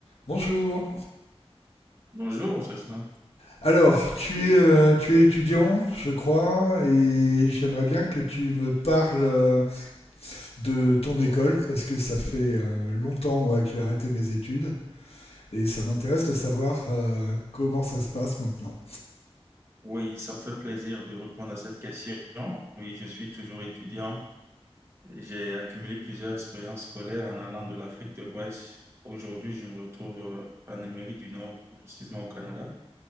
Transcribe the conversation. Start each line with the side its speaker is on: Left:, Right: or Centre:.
Left: Bonjour.
Right: Bonjour, Cessna.
Left: Alors, tu es, euh, tu es étudiant, je crois, et j'aimerais bien que tu me parles euh, de ton école, parce que ça fait euh, longtemps, moi, que j'ai arrêté mes études, et ça m'intéresse de savoir euh, comment ça se passe maintenant.
Right: Oui, ça me fait plaisir de répondre à cette question. Oui, je suis toujours étudiant. J'ai accumulé plusieurs expériences scolaires en allant de l'Afrique de l'Ouest. Aujourd'hui, je me retrouve euh, en Amérique du Nord, précisément au Canada,